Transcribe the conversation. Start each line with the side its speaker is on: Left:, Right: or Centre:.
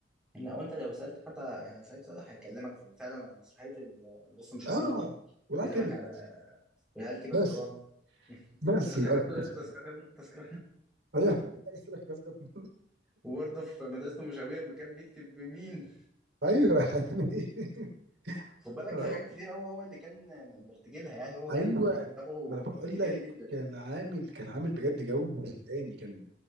Centre: لو انت لو سالت حد يعني سعيد صالح هيكلمك في فعلا عن مسرحيه ال- مدرسه المشاغبين
Right: اه والعيال
Centre: هيكلمك
Right: كبرت
Centre: على والعيال كبرت
Right: بس
Centre: طبعا
Right: بس
Centre: ده كانت
Right: للاسف
Centre: حاجات كلها كانت تذكرة <laughs> تذكرة
Right: ايوه <laughs> عايز أقول لك بس كنت-
Centre: وبرضه في مدرسه المشاغبين لما كان بيكتب بمين
Right: ايوه يعني <laughs>
Centre: خد بالك
Right: أنا-
Centre: في حاجات كتير قوي هو اللي كان م- مرتجلها يعني هو
Right: ايوه
Centre: كان طبعه
Right: ما انا بقول
Centre: ارتجالي
Right: لك
Centre: جدا
Right: كان عامل كان عامل بجد جو تاني كان